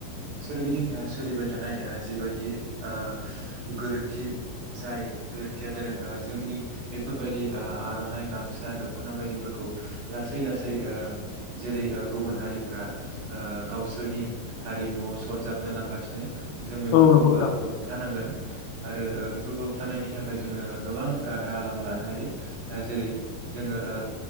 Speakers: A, on the right; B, on the left.
A: सोरगिदिं ओ सोलिबाय थानाय ओ जिबायदि ओ गोरोन्थि जाय गोरोन्थिया जादों ओ जोंनि बेफोरबायदि ओ आर'नाइ गामसा दख'ना बायदिफोरखौ लासै लासै ओ जेरै ओ गुबुन हारिफ्रा ओ गावसोरनि हारिमुआव सरजाबनो लांगासिनो। जों बेफोरखौ
B: औ नंगौ
A: ओ
B: नोंथां
A: होबथानांगोन आरो ओ बेफोरखौ होबथानायनि थाखाय जोङो गोबां ओ राहा लामा लानो हायो जेरै जोङो ओ